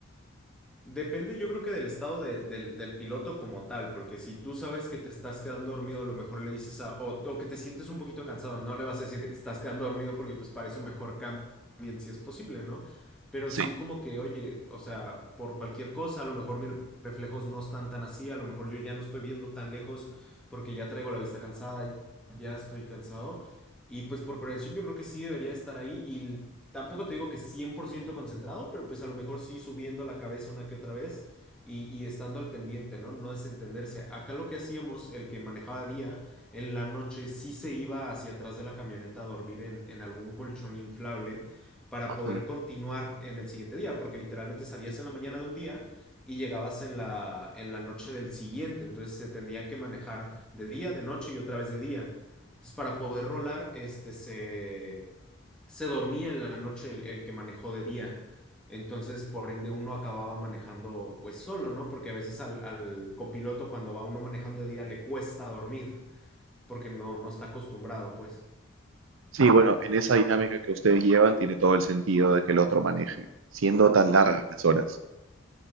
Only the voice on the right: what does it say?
Sí.
Ujú.
Sí, bueno, en esa dinámica que ustedes llevan tiene todo el sentido de que el otro maneje, siendo tan largas las horas.